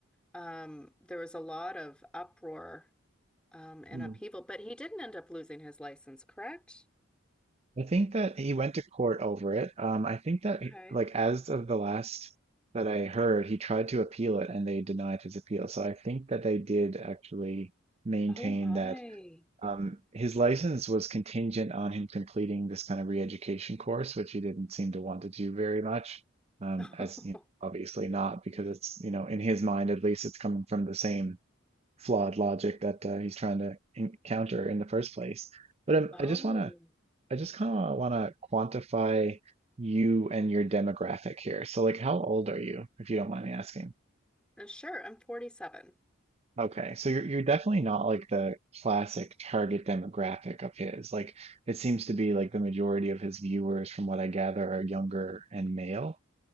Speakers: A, in the centre; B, on the right.
A: Um, there was a lot of uproar, um, and
B: Mhm.
A: upheaval, but he didn't end up losing his license, correct?
B: I think that he went to court over it. Um, I think that, he-
A: Okay.
B: like, as of the last that I heard, he tried to appeal it and they denied his appeal. So I think that they did actually maintain
A: Oh my.
B: that um, his license was contingent on him completing this kind of re-education course, which he didn't seem to want to do very much. Um,
A: <laughs>
B: as you know, obviously not because it's, you know, in his mind at least, it's coming from the same flawed logic that uh, he's trying to encounter in the first place. But um,
A: Oh,
B: I just want to I just kind of want to quantify you and your demographic here. So, like, how old are you, if you don't mind me asking?
A: uh, sure. I'm 47.
B: Okay, so you're you're definitely not like the classic target demographic of his. Like, it seems to be like the majority of his viewers, from what I gather, are younger and male.